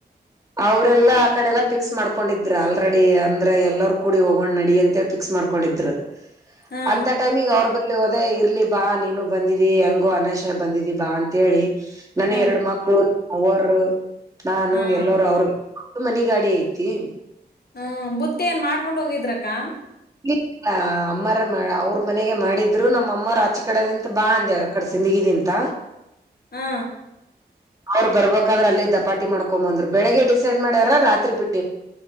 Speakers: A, on the right (about 20°); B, on the left (about 65°).
A: ಅವೌದು <unintelligible> ಅವ್ರ ಎಲ್ಲ ಆ ಕಡೆ ಎಲ್ಲ ಫಿಕ್ಸ್ ಮಾಡ್ಕೊಂಡಿದ್ರು ಆಲ್ರೆಡಿ ಅಂದ್ರೆ ಎಲ್ಲರು ಕೂಡಿ ಹೋಗೊಂಡ್ ನಡಿ ಅಂತೆ ಫಿಕ್ಸ್ ಮಾಡ್ಕೊಂಡಿದ್ರು
B: ಹಾ
A: ಅಂತ ಟೈಮಿಗ್ ಅವರು ಬರೋ ಹೋದೇ ಇರ್ಲಿ ಬಾ ನೀನು ಬಂದಿದಿ ಹೆಂಗು ಅನೇಶ ಬಂದಿದಿ ಬಾ ಅಂತ ಹೇಳಿ ನಾನು ನನ್ನ
B: ಹ್ಮ್
A: ಎರಡು ಮಕ್ಕಳು ಅವರು ನಾನು
B: ಹಾ
A: ಎಲ್ಲರೂ ಮನೆ ಗಾಡಿ ಐತಿ
B: ಹ್ಮ ಬುತ್ತಿ ಏನ್ ಮಾಡ್ಕೊಂಡ್ ಹೋಗಿದ್ರಕ್ಕಾ
A: ಇ ಅಮ್ಮರ ಮಾಡ ಅವ್ರ ಮನೆಗೆ ಮಾಡಿದ್ರು ನಮಮ್ಮ ಅಮ್ಮರು ಆಚ ಕಡದಂತ ಬಾ ಅಂದ ಅಕ್ಕಡೆ ಜಿಂದಗಿ ದಂತ
B: ಹಾ
A: ಅವ್ರು ಬರ್ಬೇಕಾದ್ರ ಅಲ್ಲಿ ದಪಾಟಿ ಮಾಡಕೊಂಡೊಂಬಂದ್ರು ಬೆಳಗ್ ಡಿಸೈಡ್ ಮಾಡ್ಯಾರ ರಾತ್ರಿ ಬಿಟ್ಟ